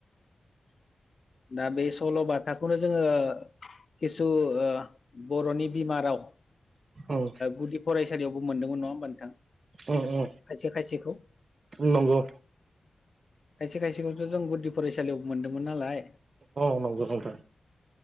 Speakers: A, on the left; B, on the right.
A: <inaudible> <unintelligible> दा बे सल'बाथाखौनो जोङो खिसु बर'नि बिमाराव
B: उम
A: गुदि फरायसालियावबो मोनदोंमोन नङा होमबा नोंथां
B: उ उ
A: खायसे खायसेखौ
B: नंगौ
A: खायसे खायसेखौथ' जों गुदि फरायसालियाव मोनदोंमोन नालाय
B: औ नंगौ नोंथां